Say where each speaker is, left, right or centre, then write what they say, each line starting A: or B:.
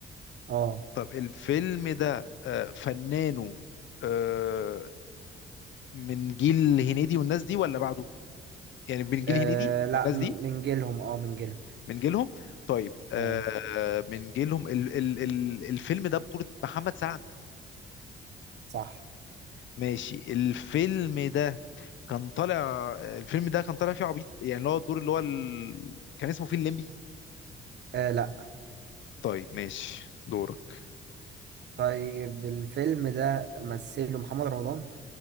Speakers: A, on the right; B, on the left.
A: اه
B: طب الفيلم ده آه، فنانه آه، من جيل هنيدي والناس دي ولا بعده يعني من جيل
A: آه،
B: هنيدي
A: لا
B: والناس
A: م- من
B: دي
A: جيلهم اه من جيلهم
B: من جيلهم طيب آه
A: اه
B: من جيلهم ال ال ال الفيلم ده بطولة محمد سعد
A: صح
B: ماشي الفيلم ده كان طالع آه، الفيلم ده كان طالع فيه عبيط يعني اللي هو الدور اللي هو ال... كان اسمه فيه الليمبي
A: آه لا
B: طيب ماشي دورك
A: طيب الفيلم ده مثله محمد رمضان